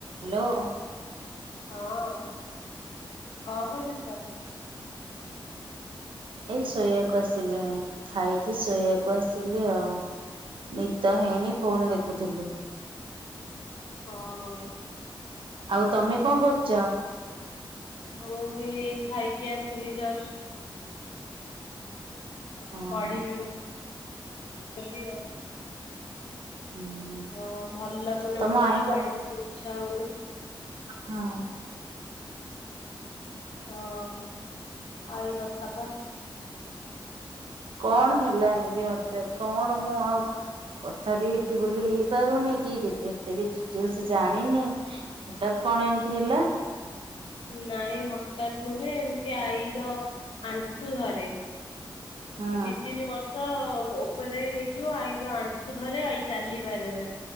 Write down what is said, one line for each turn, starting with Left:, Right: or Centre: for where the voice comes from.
Right: ହ୍ୟାଲୋ।
Left: ହଁ କଣ କରୁଛ?
Right: ଏଇ ଶୋଇବାକୁ ଆସିଲିଣି ଖାଇକି ଶୋଇବାକୁ ଆସିଲି ଆଉ। ନିଦ ହେଇନି ଫୋନ ଦେଖୁଥିଲି।
Left: ହଁ।
Right: ଆଉ ତମେ କଣ କରୁଛ?
Left: ମୁଁ ବି ଖାଇକି ଆସିଲି ଜଷ୍ଟ
Right: ଓହୋ
Left: ପଡ଼ିବି ବୋ ବୋଲି ଆଉ।
Right: ହୁଁ।
Left: ହଁ ଭଲ ଲାଗୁନି
Right: ତମ
Left: ମନ
Right: ଆଈଙ୍କ
Left: ଟା ପଢିବାକୁ ଇଚ୍ଛା ହଉନି।
Right: ହଁ।
Left: ହଁ ଆ ଏଇ କଥା ତ।
Right: କଣ ହେଲା ଏମିତି ହଟାତ୍ କଣ ମୁଁ ଆଉ କଥା ବି ହେବି ବୋଲି ହେଇପାରୁନି କି ଏତେ ବି ଡିଟେଲସ ଜାଣିନି। ହଠାତ୍ କଣ ଏମିତି ହେଲା।
Left: ନାଇଁ ହଠାତ ନୁହେଁ ଏମିତି ଆଈର ଆଣ୍ଠୁ ଧରେ।
Right: ହୁଁ
Left: ଦି ତିନି ବର୍ଷ ମୋ ଉପରେ ହେଇଯିବ ଆଇର ଆଣ୍ଠୁ ଧରେ ଆଇ ଚାଲିପାରେ ନା